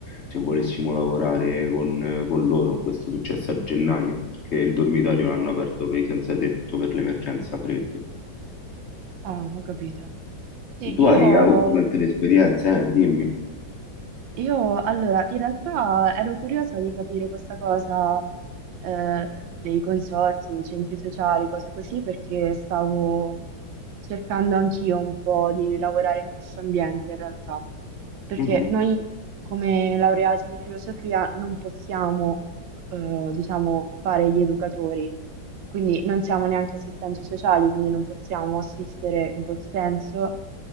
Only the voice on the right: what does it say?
Ah, ho capito. Sì,
io
Io allora, in realtà ero curiosa di capire questa cosa eh, dei consorzi, dei centri sociali, cose così, perché stavo cercando anch'io un po' di lavorare in questo ambiente in realtà, perché
noi come laureati di filosofia non possiamo, eh, diciamo, fare gli educatori, quindi non siamo neanche assistenti sociali, quindi non possiamo assistere in quel senso,